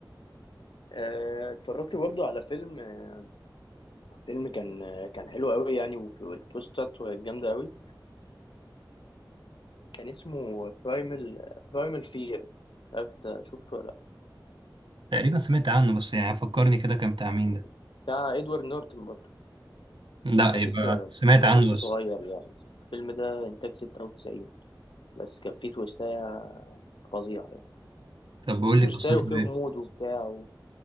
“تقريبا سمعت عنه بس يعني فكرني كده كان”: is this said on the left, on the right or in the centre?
Right